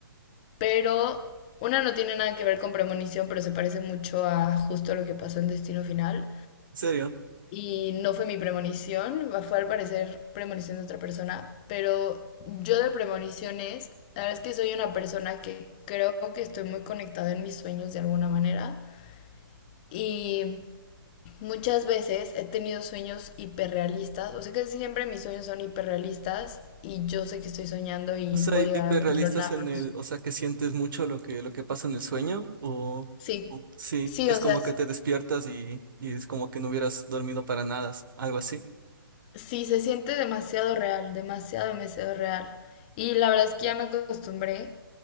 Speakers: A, on the left; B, on the right.
A: Pero una no tiene nada que ver con premonición, pero se parece mucho a justo lo que pasó en Destino Final.
B: En serio.
A: y no fue mi premonición, fue al parecer premonición de otra persona, pero yo de premoniciones, la verdad es que soy una persona que creo que estoy muy conectada en mis sueños de alguna manera y muchas veces he tenido sueños hiperrealistas, o sea que siempre mis sueños son hiperrealistas y yo sé que estoy soñando y
B: O sea,
A: puedo
B: hi-
A: llegar
B: hiperrealistas
A: a controlarlos.
B: en el, o sea, que sientes mucho lo que, lo que pasa en el sueño, o,
A: Sí,
B: o sí,
A: sí,
B: es
A: o
B: como
A: sea, s-
B: que te despiertas y, y es como que no hubieras dormido para nada, algo así.
A: sí se siente demasiado real, demasiado, demasiado real. Y la verdad es que ya me acostumbré